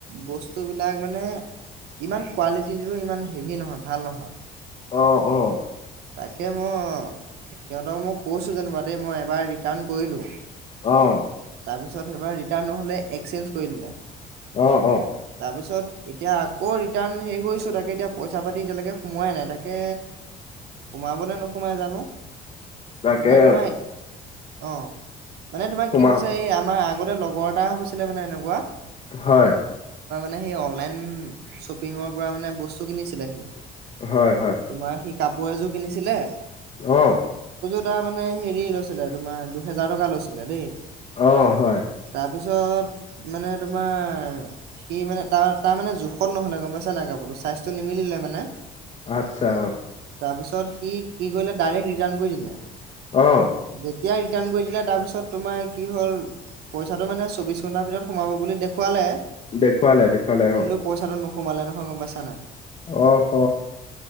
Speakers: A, on the right; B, on the left.
A: বস্তু বিলাক মানে ইমান কুৱোৱালিটো ইমান হেভি নহয় ভাল নহয়।
B: অ অ।
A: তাকে মই সিহঁতক মই কৈছো যেনিবা দেই মই এবাৰ ৰিটাৰ্ণ কৰিলো।
B: আহ।
A: তাৰপিছত এইবাৰ ৰিটাৰ্ণ নহ'লে এক্সেঞ্জ কৰি দিলো।
B: আহ অ।
A: তাৰপিছত এতিয়া আকৌ ৰিটাৰ্ণ হেৰি কৰিছো তাকে এতিয়া পইচা পাতি এতিয়ালৈকে সোমোৱাই নাই। তাকে সোমাবনে নোসোমাই জানো?
B: তাকে।
A: মানে তোমাৰ অ মানে তোমাৰ
B: সোমা
A: কি হৈছে এই আমাৰ আগতে লগৰ এটা হৈছিলে মানে এনেকুৱা।
B: হয়।
A: মে সেই অনলাইন শ্বপিঙৰ পৰা মানে বস্তু কিনিছিলে সি।
B: হয় হয়।
A: তোমাৰ সি কাপোৰ এযোৰ কিনিছিলে।
B: আহ।
A: টা মানে হেৰি লৈছিলে তোমাৰ দুহেজাৰ টকা লৈছিলে দেই।
B: অ হয়।
A: তাৰপিছত মানে তোমাৰ সি মানে তাৰ তাৰ মানে জোখত নহলে গম পাইছা নাই কাপোৰ। চাইজ টো নিমিলে মানে।
B: আত্ছা।
A: তাৰপিছত সি কি কৰিলে ডাইৰেক্ট ৰিটাৰ্ণ কৰি দিলে,
B: অ',
A: যেতিয়া ৰি- ৰিটাৰ্ণ কৰি দে তাৰ পিছত তোমাৰ কি হল পইচাটো মানে চৌবিশ ঘন্ট ভিতৰত সোমাব বুলি দেখুৱালে।
B: দেখুৱালে দেখুৱালে
A: কিন্তু
B: অ।
A: পইচাটো নোসোমালে নহয় গম পাইছে
B: আহ হ।